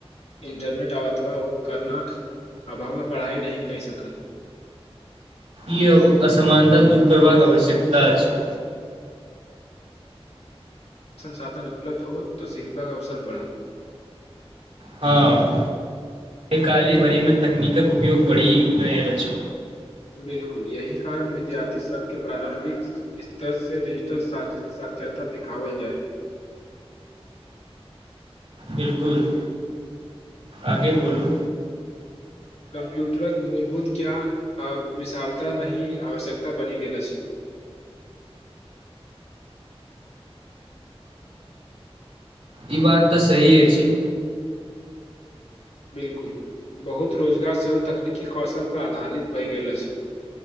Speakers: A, on the left; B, on the right.
A: इंटरनेट आबता अथवा उपकरणक अभावमे पढ़ाई नहि कहि सकल
B: ई असमानता दूर करबाक आवश्यकता अछि
A: साधन उपलब्ध हो तऽ सिखबाके अवसर बढ़त
B: हँ आ काल्हि भरिमे तकनीकक उपयोग बढ़ि रहल अछि
A: बिल्कुल यही कारण विद्यार्थी सभके प्रारंभिक स्तर से डिजिटल सा सत्यता दिखावल जाइत
B: बिल्कुल आगे बोलू
A: कम्प्यूटरक मूलभूत ज्ञान आ विशालता नहि आवश्यकता बनि गेल अछि <inaudible>
B: ई बात तऽ सही अछि
A: बिल्नकुल बहुत रोजगार सेहो तकनीकी कौशलपर आधारित भए गेल अछि